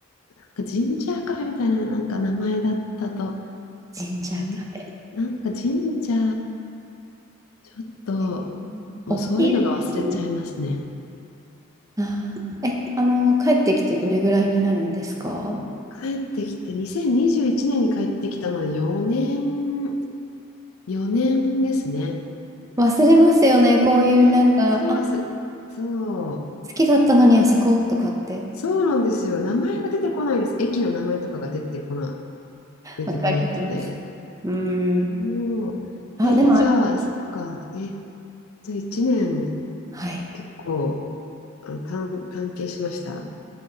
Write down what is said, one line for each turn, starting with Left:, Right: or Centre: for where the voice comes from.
Left: なんか神社カフェみたいな、なんか名前だったと
Right: ジンジャーカフ
Left: 思っ、なんか神社、ちょっと、
Right: ェ。
Left: もうそういうのが忘れちゃいますね。
Right: 大きいですね。あー、え、あの、帰ってきてどれぐらいになるんですか
Left: 帰ってきて、2021年にじゅういちねんに帰ってきたので4年、4年ですね。
Right: 忘れますよね、こういうなんか、
Left: なんか忘れます。
Right: あ、好
Left: そう。
Right: きだったのにあそことかって。
Left: そうなんですよ。名前が出てこないです。駅の名前とかが出てこな、出てこなくて。
Right: わかります。うーん。
Left: おーえーじゃあ、
Right: あ、でも、
Left: そっか。え、じゃあ1年
Right: はい。
Left: 結構あの関関係しました。あ